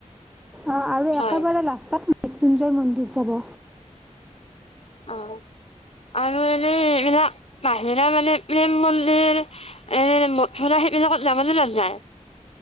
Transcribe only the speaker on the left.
হয়
অ আৰু এনে এইবিলাক বাহিৰা মানে প্ৰেম মন্দিৰ এ <unintelligible> সেইবিলাকত যাবলৈ নাযায়।